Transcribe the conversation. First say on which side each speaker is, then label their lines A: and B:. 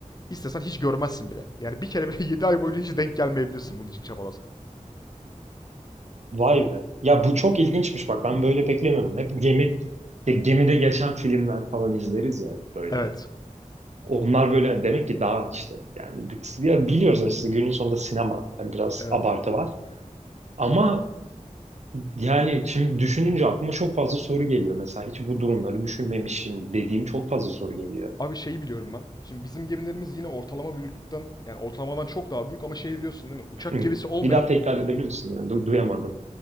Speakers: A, on the left; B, on the right.
A: İstesen hiç görmezsin bile. Yani bir kere bile <laughs> 7 ay boyunca hiç denk gelmeyebilirsin bunun için çabalasan.
B: Vay be. Ya bu çok ilginçmiş bak. Ben böyle beklemiyordum. Hep gemi, gemide geçen filmler falan izleriz ya böyle.
A: Evet.
B: Onlar böyle demek ki daha işte yani bi- ya biliyoruz aslında günün sonunda sinema yani biraz
A: Evet.
B: abartı var. Ama yani şimdi düşününce aklıma çok fazla soru geliyor. Mesela hiç bu durumları düşünmemişim dediğim çok fazla soru geliyor.
A: Abi şeyi biliyorum ben. Şimdi bizim gemilerimiz yine ortalama büyüklükten yani ortalamadan çok daha büyük ama şeyi biliyorsun değil mi? Uçak
B: Hı.
A: gemisi olmayan
B: Bir daha tekrar edebilir misin? Yani du- duyamadım.